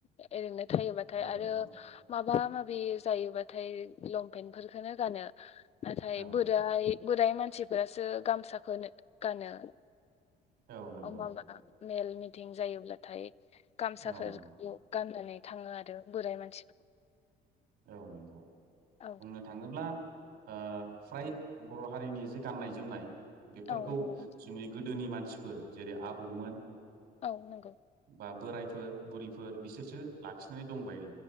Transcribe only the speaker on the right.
औ
नंगौ
औ
नंगौ
औव नंगौ
औ नंगौ
औ नंगौ
बुंनो थाङोब्ला ओ फ्राय बर' हारिनि जे गाननाय जोमनाय बेफोरखौ
जोंनि गोदोनि मानसिफोर जेरै आबौमोन
बा बोरायफोर बुरिफोर बिसोरसो लाखिनानै दंबाय